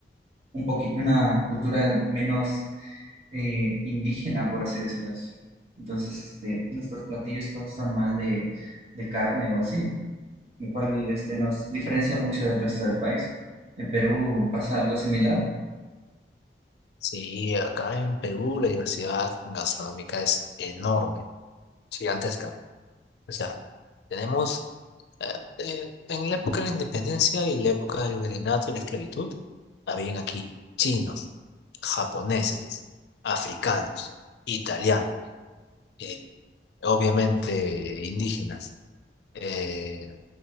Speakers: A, on the right; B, on the left.
A: un poquito, una cultura menos eh, indígena, por así decirlo. Entonces, este, nuestros platillos constan más de, de carne o así, lo cual, este, nos diferencia mucho del resto del país. En Perú pasa algo similar,
B: Sí, acá en Perú la diversidad gastronómica es enorme, gigantesca. O sea, tenemos eh, en la época de la independencia y la época del virreinato y la esclavitud, habían aquí chinos, japoneses, africanos, italianos, eh, obviamente indígenas, eh,